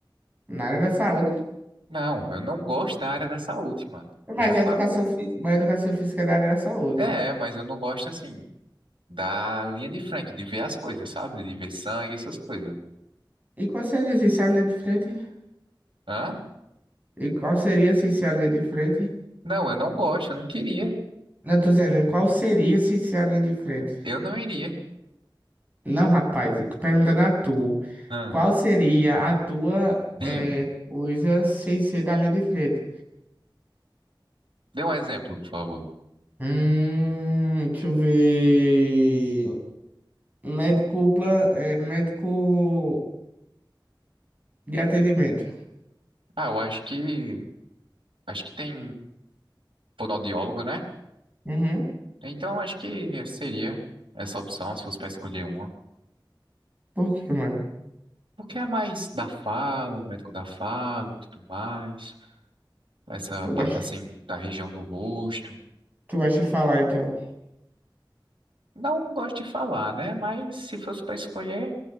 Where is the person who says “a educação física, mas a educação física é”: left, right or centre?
Right